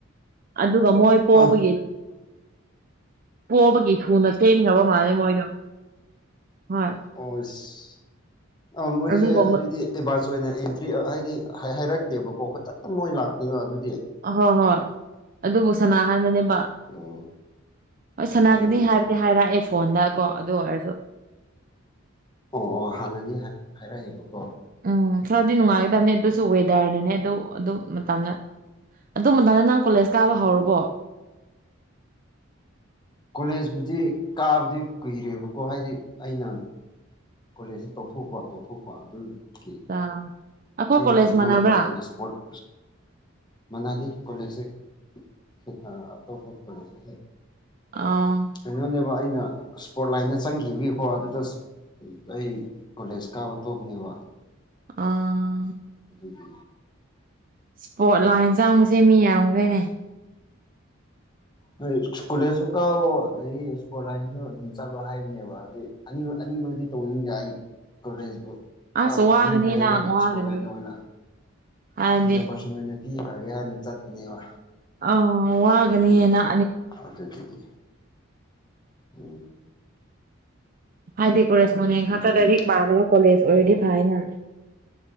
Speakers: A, on the right; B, on the left.
A: ꯑꯗꯨꯒ ꯃꯣꯏ ꯄꯣꯕꯒꯤ
B: ꯑ
A: ꯄꯣꯕꯒꯤ ꯊꯨꯅ ꯆꯦꯟꯈ꯭ꯔꯕ ꯃꯥꯜꯂꯦ ꯃꯣꯏꯗꯣ ꯍꯣꯏ
B: ꯑꯣꯁ ꯑ ꯃꯣꯏꯁꯦ
A: ꯑꯗꯨꯒ
B: ꯑꯗꯨꯗꯤ ꯑꯦꯗꯚꯥꯟꯁ ꯑꯣꯏꯅ ꯑꯦꯟꯇ꯭ꯔꯤ ꯍꯥꯏꯗꯤ ꯍꯥꯏꯔꯛꯇꯦꯕꯀꯣ ꯈꯨꯗꯛꯇ ꯃꯣꯏ ꯂꯥꯛꯄꯅꯤꯅ ꯑꯗꯨꯗꯤ
A: ꯑꯍꯣꯏ ꯍꯣꯏ ꯑꯗꯨꯕꯨ ꯁꯅꯥ ꯍꯥꯏꯕꯅꯦꯕ
B: ꯎꯝ
A: ꯍꯣꯏ ꯁꯅꯥꯒꯤꯅꯤ
B: ꯎꯝ
A: ꯍꯥꯏꯕ ꯍꯥꯏꯔꯛꯑꯦ ꯐꯣꯟꯗ ꯀꯣ ꯑꯗꯨ ꯑꯣꯏꯔꯁꯨ
B: ꯑꯣ ꯑꯣ ꯍꯥꯟꯅꯗꯤ ꯍꯥꯏꯔ ꯍꯥꯏꯔꯛꯑꯦꯕꯀꯣ
A: ꯎꯝ ꯈꯔꯗꯤ ꯅꯨꯡꯉꯥꯏꯒꯗꯕꯅꯦ ꯑꯗꯨꯁꯨ ꯋꯦꯗꯔꯅꯅꯦ ꯑꯗꯨ ꯑꯗꯨ ꯃꯇꯝꯅ ꯑꯗꯨ ꯃꯇꯝꯗꯥ ꯅꯪ ꯀꯣꯂꯦꯖ ꯀꯥꯕ ꯍꯧꯔꯕꯣ
B: ꯎꯝ ꯀꯣꯂꯦꯖꯄꯨꯗꯤ ꯀꯥꯕꯗꯤ ꯀꯨꯏꯔꯦꯕꯀꯣ ꯍꯥꯏꯗꯤ ꯑꯩꯅ ꯀꯣꯂꯦꯖꯁꯤ ꯇꯧꯊꯣꯛꯄ ꯇꯧꯊꯣꯛꯄ ꯑꯗꯨ ꯒꯤ
A: ꯑꯥ ꯑꯩꯈꯣꯏ
B: ꯑꯩꯅ
A: ꯀꯣꯂꯦꯖ
B: ꯀꯩꯅꯣꯗ
A: ꯃꯥꯟꯅꯕ꯭ꯔꯥ
B: ꯑꯣꯏꯅ ꯏꯁꯄꯣꯔꯠ ꯃꯥꯅꯥꯗꯦ ꯀꯣꯂꯦꯖꯁꯦ ꯈꯦꯠ ꯑꯇꯣꯞꯄ ꯀꯣꯂꯦꯖ
A: ꯑꯥ
B: ꯀꯩꯅꯣꯅꯦꯕ ꯑꯩꯅ ꯁ꯭ꯄꯣꯔꯠ ꯂꯥꯏꯟꯗ ꯆꯪꯈꯤꯕꯒꯤꯀꯣ ꯑꯗꯨꯗ ꯑꯩ ꯀꯣꯂꯦꯖ ꯀꯥꯕ ꯇꯣꯛꯄꯅꯦꯕ
A: ꯑꯥ
B: ꯑꯗꯨꯒꯤ
A: ꯏꯁꯄꯣꯔꯠ ꯂꯥꯏꯟ ꯆꯪꯕꯁꯦ ꯃꯤ ꯌꯥꯝꯈ꯭ꯔꯦꯅꯦ
B: ꯅꯣꯏ ꯀꯣꯂꯦꯖꯁꯨ ꯀꯥꯎꯋꯣ ꯑꯗꯒꯤ ꯏꯁ꯭ꯄꯣꯔꯠ ꯂꯥꯏꯟꯁꯨ ꯑꯗꯨꯝ ꯆꯠꯂꯣ ꯍꯥꯏꯕꯅꯦꯕ ꯑꯗꯨꯗꯩ ꯑꯅꯤꯃꯛ ꯑꯅꯤꯃꯛꯗꯤ ꯇꯧꯅꯤꯡꯗꯦ ꯑꯩ ꯀꯣꯂꯦꯖꯄꯨ ꯀꯥꯕꯨ
A: ꯑꯁ ꯋꯥꯒꯅꯤ
B: ꯀꯥꯅꯤꯡꯟꯗ꯭ꯔꯦ
A: ꯅꯪ
B: ꯑꯗꯣ
A: ꯋꯥꯒꯅꯤ
B: ꯏꯁꯄꯣꯔꯠ ꯂꯥꯏꯟꯗ ꯑꯣꯏꯅ
A: ꯍꯥꯏꯗꯤ
B: ꯍꯟꯗ꯭ꯔꯦꯠ ꯄꯥꯔꯁꯦꯟ ꯑꯣꯏꯅ ꯄꯤꯈ꯭ꯔꯒꯦ ꯍꯥꯏꯅ ꯆꯠꯄꯅꯦꯕ
A: ꯑꯣ ꯋꯥꯒꯅꯤꯌꯦ ꯅꯪ
B: ꯑꯗꯨꯗꯨꯒꯤ ꯎꯝ
A: ꯍꯥꯏꯗꯤ ꯀꯣꯂꯦꯖ ꯃꯣꯅꯦ
B: ꯎꯝ
A: ꯈꯥꯛꯇ ꯂꯥꯏꯔꯤꯛ ꯄꯥꯗꯕ ꯀꯣꯂꯦꯖ ꯑꯣꯏꯔꯗꯤ ꯐꯩꯑꯦꯅ